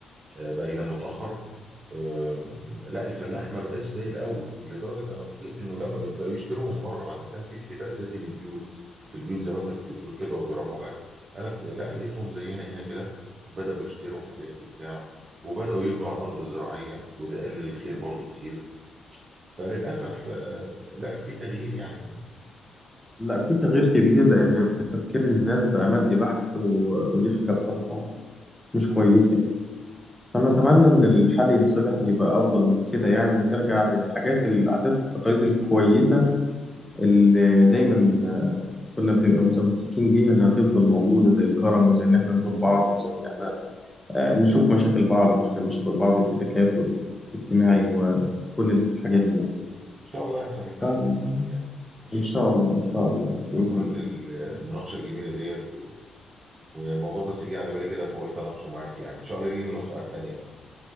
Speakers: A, on the right (about 50°); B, in the centre.
A: آه، بقى ينام متاخر آم، لا الفلاح ما بقاش زي الاول لدرجه انا فوجئت انه لا بقى- بقوا يشتروا من بره بعد ما كان في اكتفاء ذاتي من البيوت في البيوت زي ما انت كنت بتقول كده وبيربوا حاجات انا ك- لا لقيتهم زينا هنا كده بداوا يشتروا حاجات وبتاع وبداوا يبنوا على الارض الزراعيه وده قلل الخير برضو كتير فللاسف آه، لا في تغيير يعني
B: لا في تغيير كبير لأن تفكير الناس بقى مادي بحت و... ودي حاجة بصراحة مش كويسة يعني فأنا أتمنى إن الحل ينصلح ويبقى أفضل من كده يعني ونرجع للحاجات العادات والتقاليد الكويسة اللي دايما كنا بنبقى متمسكين بيها انها تفضل موجوده زي الكرم وزي ان احنا نزور بعض وزي ان احنا آه، نشوف مشاكل بعض ونحل مشاكل بعض ويبقى في تكافل اجتماعي وكل الحاجات دي يعني
A: ان شاء الله يحصل الكلام
B: فان
A: ده باذن الله ماشي
B: شاء الله ان شاء الله
A: شكرا
B: باذن الله
A: للمناقشه الجميله ديت و... والموضوع بس جه على بالي كده فقلت اناقشه معاك يعني ان شاء الله لينا لقاءات تانية بقى